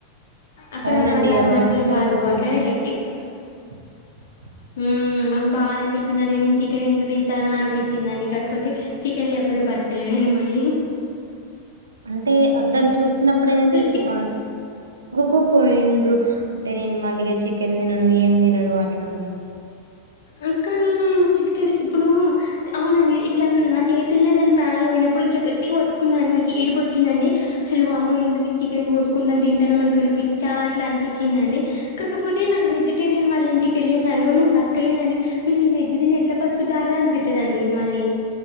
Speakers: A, on the left (about 60°); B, on the right (about 70°).
A: అక్కడ
B: అవునండి.
A: మళ్ళా అది
B: అమ్మ
A: మన ఇల్లు
B: ఘోరంగా
A: కాదు
B: పాపం
A: అట్లనే గట్టి ఉమ్మ్
B: <inaudible>
A: మ్మ్ మస్తు బాధ అనిపిచిందండి నేను చికెన్ ఎందుకు తింటానో అనిపిచిందండి కాకపోతే చికెన్ లేకపోతే బతకలేనం తిను మళ్లీ
B: అంటే దాన్ని చూసినప్పుడైనా మీరు
A: చి
B: అం కూకూ పోయిండ్రు అంటే నేను మళ్ళీగా చికెన్ తినను ఏం తినను అట్లా అని
A: ఆ కానీ చిత్కేన్ ఇప్పుడు అవునండి ఇట్లా నా చేతుల దాని ప్రాణాలు పోయిప్పుడు ఇ గట్టిగ పట్టు కున్నాండి నాకు ఏడుపు వచ్చిందండి అసలు వామ్మో ఎందుకు ఈ చికెన్ కోసుకోని తింటాను మనకి ఏమన్నా పిచ్చా అట్ల అని పిచ్చిందండి కాకపోతే నాకు వెజిటేరియన్ వాళ్ళ ఇంటికేళ్ళిన నేను బతకలేనండి వీళ్ళు ఈ వెజ్ తిని ఎట్లా బతుకుతారా అనిపిత్తాదండి మళ్ళీ